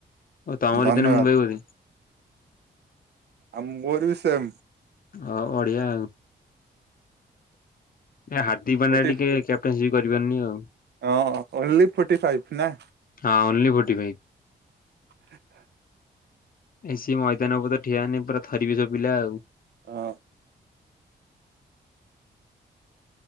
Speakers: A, on the left; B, on the right.
A: ଓ ତମରି
B: ଧନ୍ୟବାଦ।
A: ତାହେଲେ ମୁମ୍ବାଇ ବୋଧେ
B: ଆମ ବୋର ବି ସେମ
A: ଅ ଓଡିଆ ଆଉ ଏ ହାର୍ଦ୍ଦିକ ପ ପାଣ୍ଡା
B: ଗୋଟେ
A: ଟିକେ କ୍ୟାପଟେନସି ବି କରିପାରନି ଆଉ
B: ହଁ ଓନ୍ଲି ଫୋର୍ଟି ଫାଇଭ୍ ନା
A: ହଁ ଓନ୍ଲି ଫୋର୍ଟି ଫାଇଭ
B: ହ <unintelligible>
A: ଏଇ ସି ମଇଦାନ ଉପ ତ ଠିଆାନି ପୁରାଥରିବି ସବୁ ପିଲା ଆଉ
B: ହଁ।